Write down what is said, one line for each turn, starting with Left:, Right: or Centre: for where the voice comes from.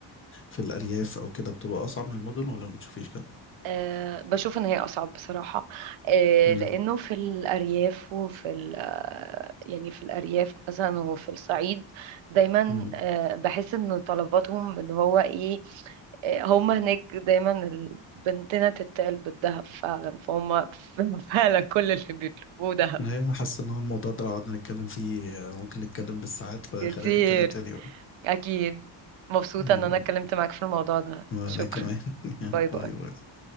Left: في الأرياف أو كده بتبقى أصعب من المدن ولا ما بتشوفيش كده؟
Right: أه بشوف ان هي اصعب بصراحه أه
Left: امم
Right: لانه في الارياف وفي ال- آه، يعني في الارياف مثلا وفي الصعيد دايما
Left: امم
Right: أه بحس ان طلباتهم ان هو ايه أه هم هناك دايما ال- بنتنا تتقل بالذهب فعلا فهم <laughs> فعلا كل اللي بيطلبوه دهب
Left: أنا حاسس إن هو الموضوع ده لو قعدنا نتكلم فيه آه، ممكن نتكلم بالساعات فخلينا
Right: كتير
Left: نتكلم تاني بقى
Right: اكيد مبسوطه
Left: يلا.
Right: ان انا اتكلمت معاك في الموضوع ده
Left: وأنا
Right: شكرا
Left: كمان <laughs> يلا،
Right: باي باي
Left: باي باي